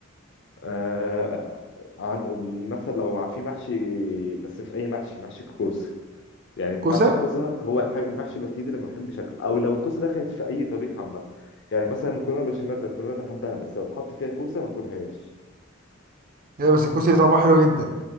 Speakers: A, on the left; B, on the right.
A: آه عن- مثلا لو مع- في محشي بس مش اي محشي محشي الكوسه يعني محشي
B: كوسه
A: الكوسه هو الح- المحشي الوحيد اللي ما بحبش اكله او لو الكوسه دخلت في اي طبيخ عامه يعني مثلا المكرونه بشاميل المكرونه بحبها بس لو اتحط فيها كوسه ما اكلهاش
B: هي بس الكوسه دي طعمها حلو جدا